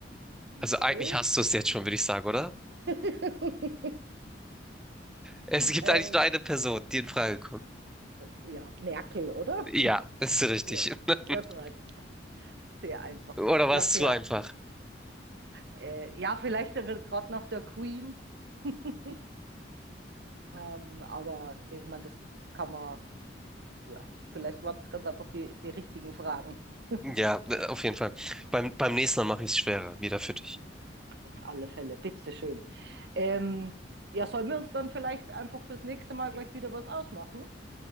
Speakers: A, in the centre; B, on the right (about 65°).
A: Also
B: Okay.
A: eigentlich hast du es jetzt schon, würde ich sagen, oder?
B: <laughs>
A: Es gibt
B: ähm,
A: eigentlich nur eine Person, die in Frage kommt.
B: ja, Merkel, oder?
A: Ja, ist richtig.
B: Ja,
A: <laughs>
B: das war jetzt sehr einfach.
A: Oder
B: Ja,
A: war es
B: sehr
A: zu einfach?
B: Äh, ja, vielleicht wird gerade nach der Queen. <laughs> Ähm, aber ich meine, das kann man, ja, vielleicht waren es ganz einfach die, die richtigen Fragen. <laughs>
A: Ja, äh, auf jeden Fall. Beim, beim nächsten Mal mache ich es schwerer, wieder für dich.
B: Auf alle Fälle, bitteschön. Ähm, ja, sollen wir uns dann vielleicht einfach fürs nächste Mal gleich wieder was ausmachen?